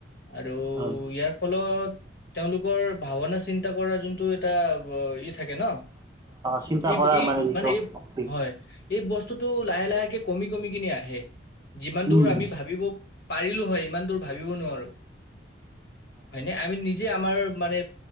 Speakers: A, on the left; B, on the right.
A: আৰু
B: হয়,
A: ইয়াৰ ফলত তেওঁলোকৰ ভাৱনা চিন্তা কৰাৰ যোনটো এটা ই থাকে ন,
B: চিন্তা
A: ইত-ই
B: কৰাৰ যিটো
A: মানে ই
B: শক্তি
A: হয়, ই বস্তুটো লাহে লাহেকে কমি, কমি কিনে আহে, যিমান দূৰ
B: উম
A: আমি ভাবিব পাৰিলোঁ হয়, ইমান দূৰ ভাবিব নোৱাৰোঁ, হয় নে? আমি নিজে আমাৰ মানে